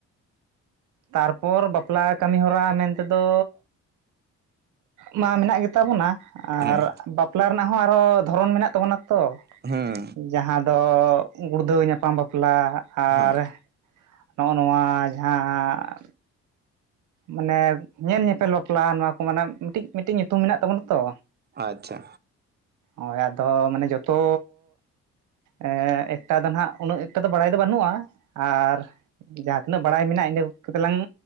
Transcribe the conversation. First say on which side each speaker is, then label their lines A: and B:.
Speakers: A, on the right; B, on the right.
A: ᱛᱟᱨᱯᱚᱨ ᱵᱟᱯᱞᱟ ᱠᱟᱹᱢᱤ ᱦᱚᱨᱟ ᱢᱮᱱᱛᱮ ᱫᱚ ᱢᱟ ᱢᱮᱱᱟᱜ ᱜᱮᱛᱟ ᱵᱚᱱᱟ ᱟᱨ
B: ᱦᱮᱸ
A: ᱵᱟᱯ ᱵᱟᱯᱞᱟ ᱨᱮᱱᱟᱜ ᱦᱚᱸ ᱟᱨᱚ ᱫᱷᱚᱨᱚᱱ ᱢᱮᱱᱟᱜ ᱛᱟᱵᱚᱱᱟ ᱛᱚ᱾
B: ᱦᱮᱸ
A: ᱡᱟᱦᱟᱸ ᱫᱚ ᱜᱩᱲᱫᱟᱹᱣ ᱧᱟᱯᱟᱢ ᱵᱟᱯᱞᱟ ᱟᱨ
B: ᱦᱮᱸ
A: ᱱᱚᱜ-ᱚ ᱱᱚᱣᱟ ᱡᱟᱦᱟᱸ ᱢᱟᱱᱮ ᱧᱮᱞ ᱧᱮᱯᱮᱞ ᱵᱟᱯᱞᱟ ᱱᱚᱣᱟ ᱠᱚ ᱢᱟᱱᱮ ᱢᱤᱴᱤᱡ ᱢᱤᱴᱤᱡ ᱧᱩᱛᱩᱢ ᱢᱮᱱᱟᱜ ᱛᱟᱵᱚᱱᱟ ᱛᱚ᱾
B: ᱟᱪᱪᱷᱟ᱾
A: ᱟ ᱚᱲᱟᱜ ᱫᱚ ᱢᱟᱱᱮ ᱡᱚᱛᱚ ᱮᱸ, ᱮᱠᱴᱟ ᱫᱚ ᱱᱟᱦᱟ ᱩᱱᱟᱹᱜ ᱮᱠᱴᱟ ᱫᱚ ᱵᱟᱲᱟᱭ ᱫᱚ ᱵᱟᱹᱱᱩᱜ-ᱟ ᱟᱨ ᱡᱟᱦᱟᱸ ᱛᱤᱱᱟᱹᱜ ᱵᱟᱲᱟᱭ ᱢᱮᱱᱟᱜ-ᱟ ᱤᱱᱟᱹ ᱠᱚᱜᱮ ᱛᱚᱞᱟᱝ